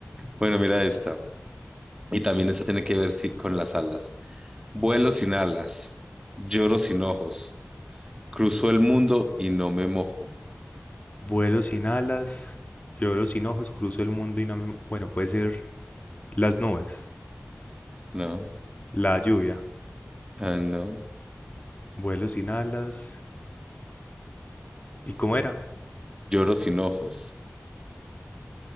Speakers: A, on the right (about 20°); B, on the left (about 35°).
A: Bueno, mira esta. Y también esta tiene que ver sí, con las alas. Vuelo sin alas, lloro sin ojos, cruzo el mundo y no me mojo.
B: Vuelo sin alas, lloro sin ojos, cruzo el mundo y no me... Bueno, puede ser las nubes,
A: No,
B: la lluvia,
A: ah, no.
B: vuelo sin alas. ¿Y cómo era?
A: Lloro sin ojos.